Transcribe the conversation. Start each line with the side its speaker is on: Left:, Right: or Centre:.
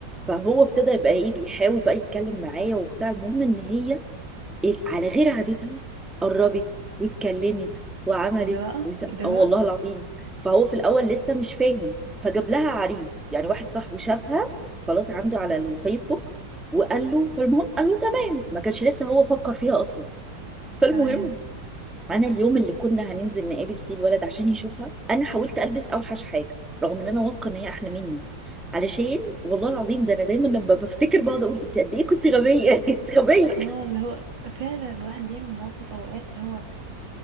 Centre: فهو ابتدى يبقى ايه بيحاول بقى يتكلم معايا وبتاع المهم ان هي ال- على غير عادتها قربت واتكلمت وعملت
Right: ايه ده بقى
Centre: وس...
Right: ايه ده
Centre: اه
Right: بقى
Centre: والله العظيم فهو في الاول لسه مش فاهم فجاب لها عريس يعني واحد صاحبه شافها خلاص عنده على الفيسبوك وقال له فالمهم قال له تمام ما كانش لسه هو فكر فيها اصلا فالمهم
Right: تمام
Centre: انا اليوم اللي كنا هننزل نقابل فيه الولد عشان يشوفها انا حاولت البس اوحش حاجه رغم ان انا واثقه ان هي احلى مني علشان والله العظيم ده انا دايما لما بفتكر بقعد اقول انت قد ايه كنت غبيه <laughs> انت غبيه
Right: اه اللي هو فعلا الواحد بيعمل مواقف اوقات اللي هو